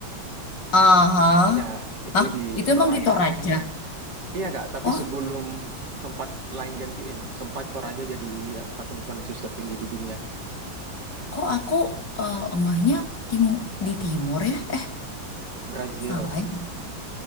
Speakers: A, on the left; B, on the right.
A: Aha.
B: Nah itu
A: Hah?
B: di
A: Itu
B: Toraja.
A: emang di Toraja?
B: Iya Kak, tapi
A: Oh,
B: sebelum tempat lain gantiin, sempat Toraja jadi patung Tuhan Yesus tertinggi di dunia.
A: kok aku eh, enggaknya tim di timur ya? Eh,
B: Brazil,
A: salah ya.